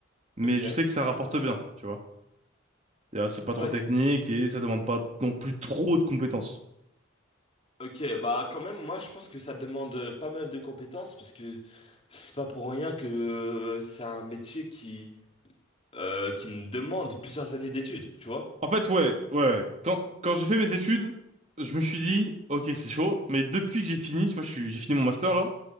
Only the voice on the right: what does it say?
mais
je sais que ça rapporte bien, tu vois. Et, euh, C'est pas trop
technique et ça demande pas non plus trop de compétences.
En fait, ouais, ouais, ouais. Quand, quand j'ai fait mes études, je me suis dit, ok, c'est chaud, mais depuis que j'ai fini, tu vois, je suis, j'ai fini mon master là,